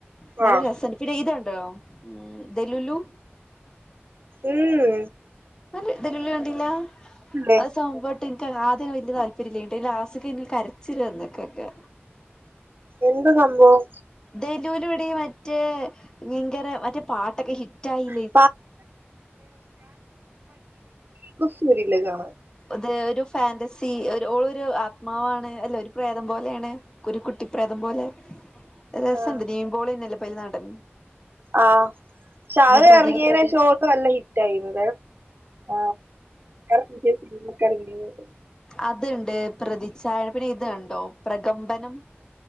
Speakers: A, on the left; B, on the right.
A: ന്നാലും
B: ആഹ്
A: രസണ്ട്. പിന്നെ ഇത് കണ്ടോ ഉം ദെലുലു
B: ഉം
A: നല്ല് ദെലുലു കണ്ടില്ല
B: ല്ലേ
A: അഹ് സംഭവട്ട് ആദ്യന്നും വെല്ല്യ താല്പര്യല്ലേനിട്ടോ ഈ ലാസ്റ്റ്കേന്നു കര്ച്ചില് വന്ന്കൊക്കെ
B: എന്ത സംഭവം
A: ദേലൂലുടി മറ്റേ ഇങ്കര മറ്റേ പാട്ടൊക്കെ ഹിറ്റായി
B: <inaudible> ക്കു ഫൂതില്ല കാണാ
A: ഒത് ഒരു ഫേന്റസി ഒരു ഓളൊരു ആത്മാവാണ് അല്ല ഒരു പ്രേതം പോലേണ്. ക്കൊരു കുട്ടി പ്രേതം പോലെ രസണ്ട്
B: ആഹ്
A: നീവിൻപൊളിയന്നല്ലേ പ്പഅയില് നാടൻ
B: ആഹ് ക്ഷേ അഹ്
A: പ്രതി
B: എറങ്ങിയനേഷം ഓള് നല്ല ഹി ടൈബ്രെവ് ആഹ് <unintelligible>
A: അത്ണ്ട് പ്രതിച്ഛായ പിന്നെ ഇത്കണ്ടോ പ്രകമ്പനം